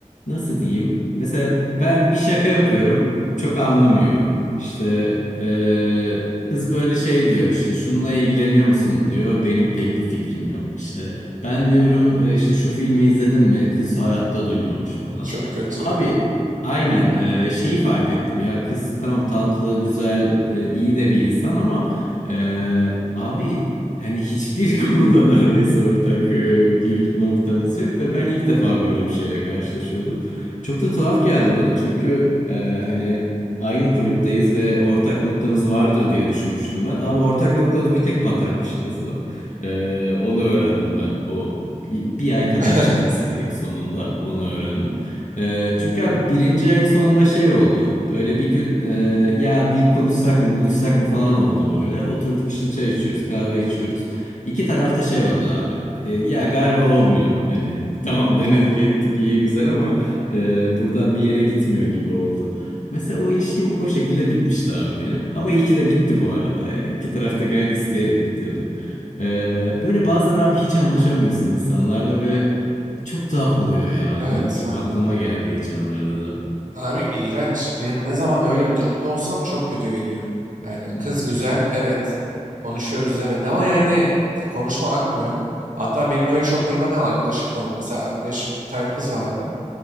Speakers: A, on the left; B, on the right.
A: nasıl diyeyim? Mesela ben bir şaka yapıyorum. Çok anlamıyor. İşte eee, kız böyle şey diyor işte şununla ilgileniyor musun diyor. Benim pek bir fikrim yok. İşte ben diyorum "E, işte şu filmi izledin mi? Kız hayatta duymamış falan.
B: Çok kötü
A: Abi
B: ya.
A: aynen eee, şeyi fark ettim ya kız tamam tatlı, güzel, e, iyi de bir insan ama eee, abi Yani hiçbir <laughs> konuda neredeyse ortak e, bir noktamız yok ve ben ilk defa böyle bir şeyle karşılaşıyordum. Çok da tuhaf geldi bana çünkü e, hani aynı kulüpteyiz ve ortak noktamız vardır diye düşünmüştüm ben. Abi ortak noktamız bir tek patenmiş kızla. E, onu öğrendim ben. O bir, bir ay kadar
B: <laughs>
A: çıktık bir
B: Evet.
A: ayın sonunda onu öğrendim. E, çünkü abi birinci ayın sonunda şey oldu. Böyle bir gün e, ya bir konuşsak mı buluşsak mı falan oldu böyle. Oturduk işte çay içiyoruz kahve içiyoruz. İki tarafta şey oldu abi. E, ya galiba olmuyor. Hani <laughs> tamam
B: Aynen.
A: denedik ettik iyi güzel ama. Ee, buradan bir yere gitmiyor gibi oldu. Mesela o ilişkim o şekilde bitmişti abi benim. Ama iyi ki de bitti bu arada. Yani İki taraf da gayet isteyerek bitirdi. Ee, böyle bazen abi hiç anlaşamıyorsun insanlarla ve çok tuhaf oluyor ya.
B: Evet
A: Ne bileyim
B: abi.
A: aklıma geldi geçenlerde de.
B: Abi iğrenç. Benim ne zaman öyle bir durumda olsam çok kötü geliyor. Yani
A: Hı
B: kız
A: hı,
B: güzel, evet. Konuşuyoruz evet ama yani e, konuşma akmıyor. Hatta benim öyle çok durumda kalan arkadaşım da oldu. Mesela arkadaşım bir tane kız vardı.